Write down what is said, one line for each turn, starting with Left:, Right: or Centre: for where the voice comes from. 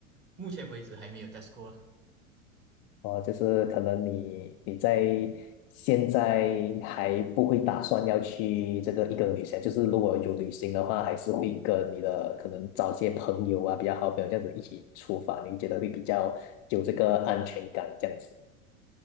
Right: 目前为止还没有 test 过啦。
Left: 哦，就是可能你你在现在还不会打算要去这个一个旅行，就是如果有旅行的话，还是会跟你的可能找些朋友啊，比较好朋友这样子一起出发，你觉得会比较有这个安全感这样子。